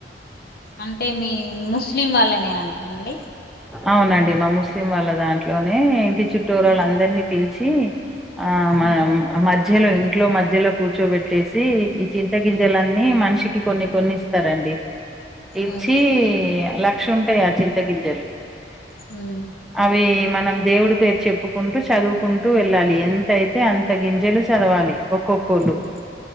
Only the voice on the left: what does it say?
అంటే మీ ముస్లిం వాళ్ళనే అండి
ఉమ్
ఉమ్
ఉమ్
ఉమ్
హ్మ్
అవును